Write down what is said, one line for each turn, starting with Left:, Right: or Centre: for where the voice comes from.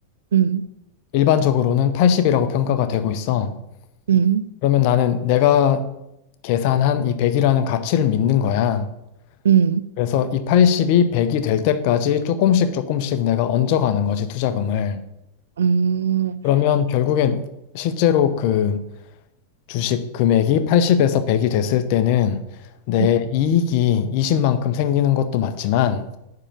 Right: 음,
Left: 일반적으로는 80이라고 평가가 되고 있어.
Right: 음,
Left: 그러면 나는 내가 계산한 이 100이라는 가치를 믿는 거야.
Right: 음,
Left: 그래서 이 80이 100이 될 때까지 조금씩 조금씩 내가 얹어가는 거지, 투자금을.
Right: 음,
Left: 그러면 결국엔 실제로 그 주식 금액이 80에서 100이 됐을 때는 내
Right: 음.
Left: 이익이 20만큼 생기는 것도 맞지만,